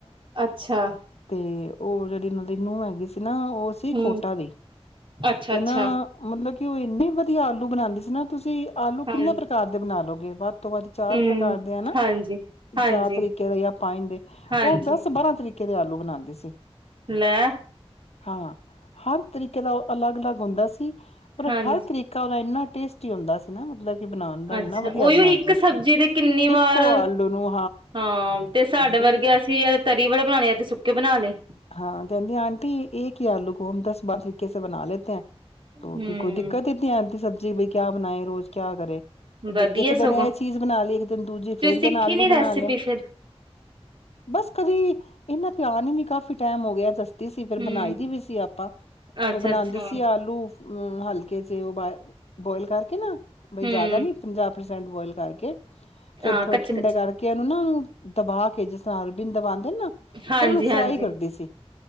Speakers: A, on the right (about 50°); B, on the left (about 75°).
A: ਅੱਛਾ
B: ਤੇ ਉਹ ਜਿਹੜੀ ਉਹਨਾਂ ਦੀ ਨ ਨੂੰਹ ਹੈਗੀ ਸੀ ਨਾ ਉਹ ਸੀ
A: ਹਮ
B: ਕੋਟਾ ਦੀ
A: ਅੱਛਾ
B: ਤੇ
A: ਅੱਛਾ
B: ਨਾ ਮਤਲਬ ਕਿ ਉਹ ਇੰਨੇ ਵਧੀਆ ਆਲੂ ਬਣਾਉਂਦੇ ਸੀ ਨਾ ਤੁਸੀਂ ਆਲੂ
A: ਹਾਂਜੀ
B: ਕਿੰਨੇ ਪ੍ਰਕਾਰ ਦੇ ਬਣਾ ਲਓ ਵਧ ਤੋਂ ਵੱਧ ਤੋਂ ਬਾੱਦ ਚਾਰ
A: ਹਮ
B: ਪ੍ਰਕਾਰ ਦੇ ਹੈ ਨਾ
A: ਹਾਂਜੀ ਹਾਂਜੀ
B: ਚਾਰ ਤਰੀਕੇ ਦੇ ਜਾਂ ਪਾਣੀ ਦੇ
A: ਹਾਂਜੀ
B: ਉਹ ਦਸ ਬਾਰਾਂ ਤਰੀਕੇ ਆਲੂ ਬਣਾਉਂਦੀ ਸੀ
A: ਲੈ
B: ਹਾਂ ਹਰ ਤਰੀਕੇ ਦਾ ਉਹ ਅਲੱਗ ਅਲੱਗ ਹੁੰਦਾ ਸੀ ਪਰ
A: ਹਾਂਜੀ
B: ਹਰ ਤਰੀਕਾ ਉਹਦਾ ਇੰਨਾ ਟੇਸਟੀ ਹੁੰਦਾ ਸੀ ਨਾ ਮਤਲਬ ਕਿ ਬਣਾਉਣ ਦਾ ਇੰਨਾ
A: ਅੱਛਾ
B: ਵਧੀਆ
A: ਉਓਹੀਓ
B: ਬਣਾਉਂਦੀ
A: ਇੱਕ
B: ਸੀ
A: ਸਬਜ਼ੀ ਤੇ ਕਿੰਨੀ
B: ਇੱਕੋ
A: ਵਾਰ
B: ਆਲੂ ਨੂੰ
A: ਹਾਂ ਤੇ ਸਾਡੇ
B: ਕਹਿੰਦੀ
A: ਵਰਗੇ ਅਸੀਂ ਤਰੀ ਵਾਲਾ ਬਣਾਣੇ ਆ ਤੇ ਸੁਕੇ ਕਿ ਬਣਾ ਲਏ
B: ਹਾਂ ਕਹਿੰਦੀ ਆਂਟੀ ਇੱਕ ਹੀ ਆਲੂ ਕੋ ਹਮ ਦਸ ਬਾਰ ਤਰੀਕੇ ਸ ਬਣਾ ਲੇਤੇ ਹੈ
A: ਹੂੰ
B: ਕੋਈ ਦਿੱਕਤ ਆ ਸਬਜ਼ੀ ਬ ਕਿਆ ਬਣਾਏ ਰੋਜ਼ ਕਿਆ ਕਰੇ
A: ਵਧੀਆ
B: ਇੱਕ ਦਿਨ
A: ਸਗੋਂ
B: ਇਹ ਚੀਜ਼ ਬਣਾ ਲਈ ਇੱਕ ਦਿਨ ਦੂਜੀ
A: ਤੁਸੀਂ
B: ਫੇਿਰ ਇੱਕ
A: ਸਿੱਖੀ
B: ਦਿਨ ਆਲੂ
A: ਨੀ
B: ਬਣਾ
A: ਰੈਸਿਪੀ
B: ਲਏ
A: ਫਿਰ
B: ਬਸ ਕਦੇ ਇਨਾ ਧਿਆਨ ਹੀ ਨਹੀਂੀ ਕਾਫ਼ੀ ਟਾਈਮ ਹੋ ਗਿਆ ਦੱਸਦੀ ਸੀ ਫਿਰ
A: ਹੂੰ
B: ਬਣਾਈ ਦੀ ਵੀ ਸੀ ਆਪਾਂ
A: ਅੱਛਾ
B: ਉਹ ਬਣਾਉਂਦੀ
A: ਅੱਛਾ
B: ਸੀ ਆਲੂ ਅਮ ਹਲਕੇ ਚ ਉਹ ਬ ਬੋਇਲ ਕਰਕੇ ਨਾ ਬਈ
A: ਹੂੰ
B: ਜ਼ਿਆਦਾ ਨੀ ਪੰਜਾਹ ਪ੍ਰਸੈਂਟ ਬੋਇਲ ਕਰਕੇ ਫੇਰ
A: ਹਾਂ
B: ਥੋੜੇ
A: ਕੱਚੇ
B: ਠੰਡੇ
A: ਕੱਚੇ
B: ਕਰਕੇ ਉਹਨੂੰ ਨਾ ਤਬਾਹ ਕੇ ਜਿਸ ਨਾਲ ਬ ਦਬਉਂਦੇ ਨਾ
A: ਹਾਂਜੀ
B: ਫ਼ੇਰ ਉਹਨੂੰ
A: ਹਾਂਜੀ
B: ਫਰਾਈ ਕਰਦੀ ਸੀ